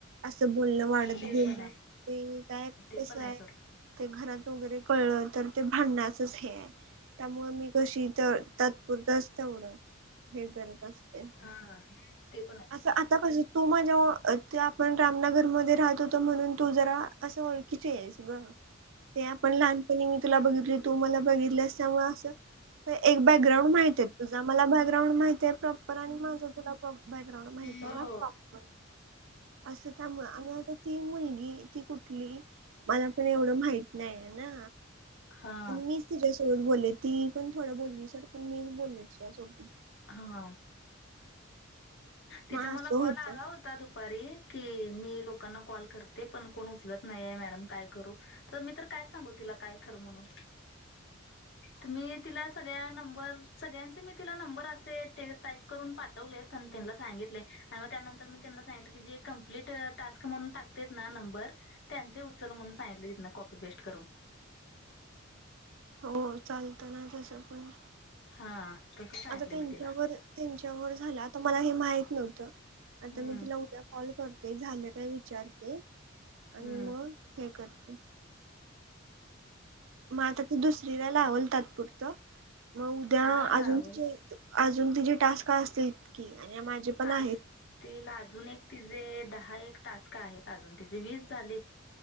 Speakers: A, on the right; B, on the left.
A: असं बोलण वाढत
B: ते
A: गे
B: पण
A: म
B: आहे
A: ते काय. कसं
B: <unintelligible>
A: आहे ते घरात वगैरे. कळल तर ते भांण्याचच हे आहे त्यामुळे मी कशी तर तातपुरत तेवढं हे करत असते.
B: हा ते पण आहे
A: असं आता कस तू माझे ते आपण रामनगर मध्ये राहत होतो म्हणून तू जरा असं ओळखीची आहेस गं ते आपण लहानपणी मी तुला बघित तू मला बघितलंस त्यामुळे असं एक बॅकग्राउंड माहित आहे तुझा मला बॅकग्राउंड माहती आहे प्रॉपर आणि माझ तुला प्राॅपर बॅकग्राउंड माहिती
B: हो
A: आहे ना फ्लोटर.
B: हो
A: असं त्यामुळ ती मुलगी ती कुठली मला पण एवढं माहित नाहीय ना.
B: हा
A: आणि मीच तिच्या्यासोबत बोलले ती पण थोड बोली सोड पण मीच बोलले तिच्यासोबत.
B: हा. तिचा
A: मग
B: मला
A: असं होतं
B: कॉल आला होता दुपारी कि मी लोकांना कॉल करते पण कोण उचलत नाहीये मॅडम काय करू तर मी तर काय सांगू तिला काय करु म्हणून. तुम्ही तिला सगळ्या नंबर सगळ्यांचे मी तिला नंबर असे ते टाईप करून पाठवलेत. त्यांना सांगितले आणि मग त्यानंतर मी त्यांना सांगितले की जे कंप्लीट टास्क म्हणून टाकतेत ना नंबर त्यांचे उचल म्हणून सांगितले तिथन कॉपी पेस्ट करून.
A: हो चालतं ना तसं पण.
B: हा. तसं सांगितले
A: आता त्यांच्यावर
B: मी तिला
A: त्यांच्यावर झाला आता मला हे माहित नव्हतं. आता
B: हम्म
A: मी तिला उद्या कॉल करते झालं काय विचारते. आणि
B: हम्म
A: मग हे करते. मग आता ते दुसरीला लावल तात्पुरत मग उद्या
B: हा लावल
A: अजून तिचे अजून तिचे टास्क असतील. की आणि माझे पण
B: आस
A: आहेत
B: तिला अजून एक तिजे दहा एक टास्क आहेत अजून तिचे वीस झाले